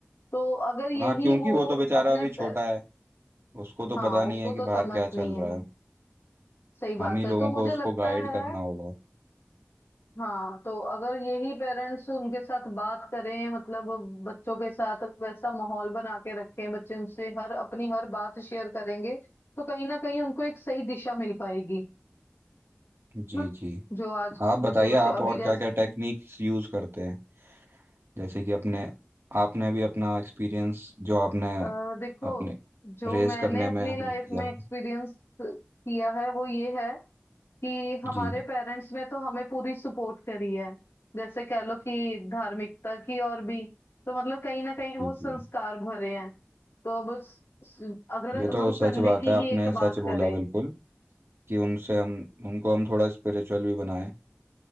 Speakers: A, on the left; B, on the right.
A: तो अगर यही
B: हाँ क्योंकि
A: वो
B: वो तो बेचारा
A: अपने
B: अभी
A: पे-
B: छोटा है उसको तो
A: हाँ
B: पता नहीं
A: उसको
B: है कि
A: तो
B: बाहर
A: समझ
B: क्या चल
A: नहीं है
B: रहा है
A: सही बात
B: हम ही लोगों
A: है तो मुझे
B: को उसको
A: लगता
B: गाइड
A: है
B: करना होगा
A: हाँ तो अगर यही पेरेंट्स उनके साथ बात करें मतलब बच्चों के साथ वैसा माहौल बना के रखें बच्चे उनसे हर अपनी हर बात शेयर करेंगे तो कहीं ना कहीं उनको एक सही दिशा मिल पाएगी
B: जी
A: ना
B: जी
A: जो आज
B: आप बताइए
A: के बच्चे
B: आप
A: अभी
B: और
A: जैसे
B: क्या क्या टेक्निक्स यूज करते हैं जैसे कि अपने आपने भी अपना एक्सपीरियंस जो आपने
A: अ, देखो
B: अपने
A: जो
B: रेस
A: मैंने
B: करने
A: अपनी
B: में हो
A: लाइफ
B: किया
A: में
B: हो
A: एक्सपीरियंस किया है वो ये है कि हमारे
B: जी
A: पेरेंट्स ने तो हमें पूरी सपोर्ट करी है जैसे कह लो कि धार्मिकता की और भी तो मतलब कहीं ना कहीं
B: जी
A: वो संस्कार
B: जी
A: भरे हैं तो अब उस- अगर
B: ये तो
A: हम संडे
B: सच बात
A: की
B: है आपने
A: ही एक
B: सच
A: बात करें
B: बोला बिल्कुल कि उनसे हम उनको हम थोड़ा स्पिरिचुअल भी बनाएं